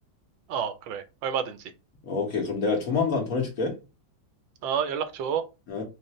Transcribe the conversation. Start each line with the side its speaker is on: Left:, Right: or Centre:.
Right: 어, 그래. 얼마든지.
Left: 오케이. 그럼 내가 조만간 보내줄게.
Right: 어, 연락 줘.
Left: 응?